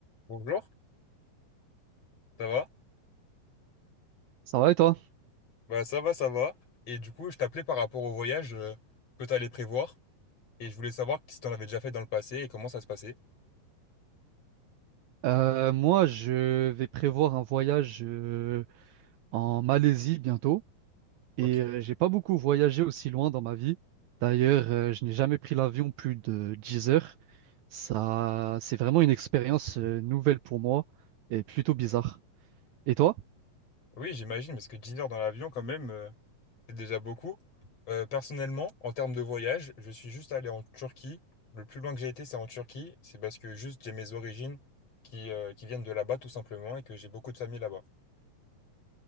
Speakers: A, on the left; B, on the right.
A: Bonjour, ça va?
B: Ça va et toi?
A: Bah ça va, ça va. Et du coup, je t'appelais par rapport au voyage euh, que tu allais prévoir. Et je voulais savoir si t'en avais déjà fait dans le passé et comment ça se passait.
B: Euh, moi, je vais prévoir un voyage euh, en Malaisie bientôt
A: Ok.
B: et euh, j'ai pas beaucoup voyagé aussi loin dans ma vie. D'ailleurs, euh, je n'ai jamais pris l'avion plus de 10 heures. Ça, c'est vraiment une expérience euh, nouvelle pour moi et plutôt bizarre. Et toi?
A: Oui, j'imagine, parce que 10 heures dans l'avion, quand même, euh, c'est déjà beaucoup. Euh, personnellement, en termes de voyage, je suis juste allé en Turquie. Le plus loin que j'ai été, c'est en Turquie. C'est parce que juste j'ai mes origines qui, euh, qui viennent de là-bas, tout simplement, et que j'ai beaucoup de famille là-bas.